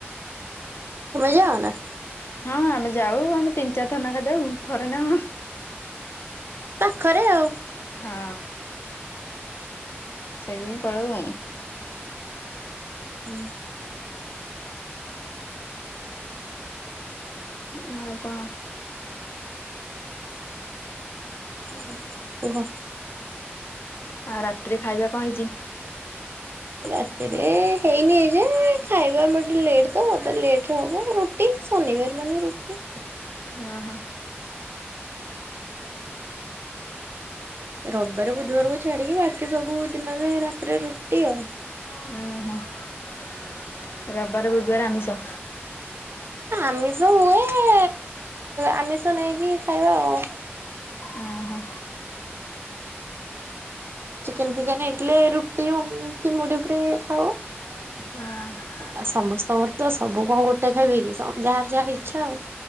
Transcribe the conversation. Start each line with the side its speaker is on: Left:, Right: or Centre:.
Right: ତମେ ଯାଅ ନା?
Left: ହଁ ଆମେ ଯାଉ ଆମେ ତିନି ଚାର ଥର ନେଖା ଯାଉ ଥରେ ନା କଁ।
Right: ପାଖରେ ଆଉ।
Left: ହଁ ସେଇଥିପାଇଁ ପଳଉ ଉଁ।
Right: ହୁଁ।
Left: ହୁଁ ଆଉ କଣ?
Right: ଏୟା ଆଉ କୁହ।
Left: ଆଉ ରାତିରେ ଖାଇବା କଁ ହେଇଛି?
Right: ରାତିରେ ହେଇନି ଏଯାଏଁ ଖାଇବା ଆମର ଟିକେ ଲେଟ୍ ତ ଲେଟ ରେ ହବ ରୁ ଟି ଶନିବାର ମାନେ ରୁଟି।
Left: ଅ ହ।
Right: ରବିବାର ବୁଧବାର କୁ ଛାଡିକି ବାକି ସବୁ ଦିନରେ ରାତିରେ ରୁଟି ଆଉ।
Left: ଉଁ ହୁଁ ରବିବାର ବୁଧବାର ଆମିସ।
Right: ଆମିଷ ହୁଏ ଆମିଷ ନେଇକି ଖାଇବା ଆଉ।
Left: ଉଁ ହୁଁ।
Right: ଚିକେନ ଫିକେନ ହେଇଥିଲେ ରୁଟି ଉମ୍ କି ମୁଢି ଫୁଡି ଖାଉ।
Left: ହଁ।
Right: ଆଉ ସମସ୍ତଙ୍କର ତ ସବୁ କଣ ଗୋଟେ ଖାଇବେ କି ସ ଯାହାର ଯାହା ଇଚ୍ଛା ଆଉ।